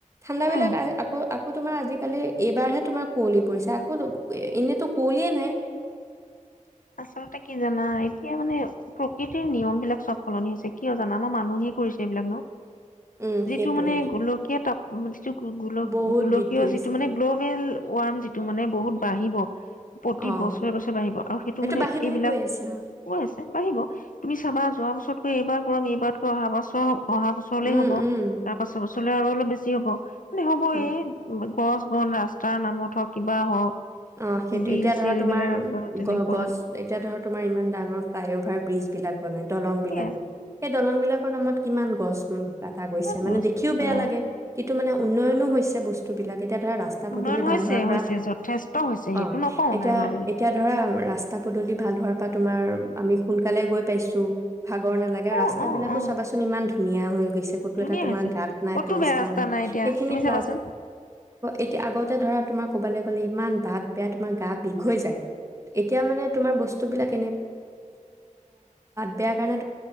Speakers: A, on the right; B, on the left.
A: ঠাণ্ডা বিলাক
B: উম
A: আৰু আকৌ আকৌ আকৌ তোমাৰ আজিকালি এইবাৰহে তোমাৰ কুঁৱলী পৰিছে আকৌ এএএএ এনেতো কুঁৱলীয়ে নাই।
B: আচলতে কি জানা এতিয়া মানে প্ৰকৃতিৰ নিয়ম বিলাক চব সলনি হৈছে, কিয় জানা আমাৰ মানুহে কৰিছে এইবিলাক ন?
A: উম
B: যিটো
A: সেইটোৱে
B: মানে গোলকীয়া তপ হম যি গো গোল
A: বহুত
B: গোলকীয়
A: বৃদ্ধি হৈছে
B: যিটো মানে গ্ল'বেল। ৱাৰ্ম যিটো মানে বহুত বাহিব। প্ৰতি
A: অ
B: বছৰ <unintelligible> গৈছে বাঢ়িব আৰু সেইটো মানে
A: বাঢ়ি বাঢ়ি
B: এইবিলাক
A: গৈ আছে অ
B: কৈ আছে বাহিব তুমি চাবা যোৱা বছ বছতকৈ এইবাৰ গৰম এইবাৰতকৈ অহা বছৰ হ'ব। অহা বছৰলে
A: উম
B: হ'ব,
A: উম
B: তাৰ পাছৰ বছৰলে আৰু অলপ বেছি হ'ব হ'বয়ে
A: উম
B: গছ বন ৰাস্তাৰ নামত হওক, কিবা হওক
A: অ সেইটো,
B: বিল
A: এতিয়া ধৰা
B: চিল
A: তোমাৰ
B: বিলাক বা তেনেকুৱা
A: গছ, এতিয়া ধৰা তোমাৰ ইমান ডাঙৰ ফ্লাই অভাৰ ব্ৰীজ বিলাক বনাই, দলং
B: সেয়াই
A: বিলাক। সেই দলং বিলাকৰ নামত কিমান গছ নো? কাটা গৈছে
B: কিমান লছ
A: মানে, দেখিও
B: বা
A: বেয়া লাগে কিন্তু মানে উন্নয়নো হৈছে বস্তুবিলাক তেতিয়া ধৰা ৰাস্তা
B: উন্নয়ন
A: পদূলি
B: হৈছে
A: ভাল হোৱাৰ
B: হৈছে
A: পৰা
B: যথেষ্ট হৈছে সেইটো
A: অ
B: নকওঁ
A: এতিয়া
B: নাই হোৱা বুলি
A: এতিয়া ধৰা ৰাস্তা পদূলি ভাল হোৱাৰ পৰা তোমাৰ আমি সোনকালে গৈ পাইছো ভাগ ব'ৰ নালাগে আৰু
B: অ
A: ৰাস্তা
B: অ
A: বিলাকো
B: অ
A: চাবাচোন ইমান ধুনিয়া ধুনীয়া হৈ
B: ধুনীয়া
A: ো তমাৰ
B: হৈছে
A: গ নাই
B: ক'তো
A: পৰি
B: বেয়া ৰাস্তা
A: ন
B: নাই এতিয়া
A: সেইখিনা
B: তুমি চাবাচোন
A: এ আগত <unintelligible> ধৰা, তোমাৰ ক'বালে গলে ইমান বাত বেয়া, তোমাৰ গা বিষ হৈ যায় এতিয়া মানে তোমাৰ বস্তু বাট বেয়া কাৰণে